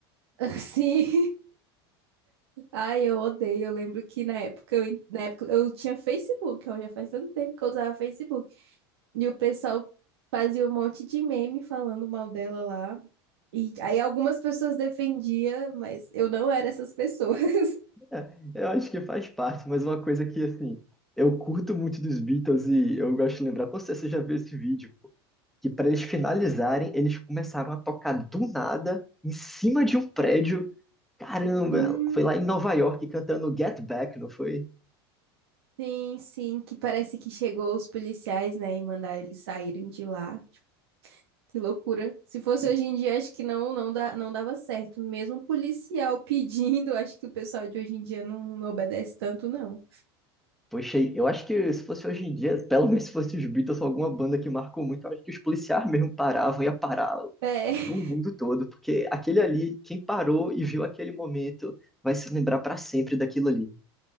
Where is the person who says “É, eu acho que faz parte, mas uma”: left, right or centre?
Centre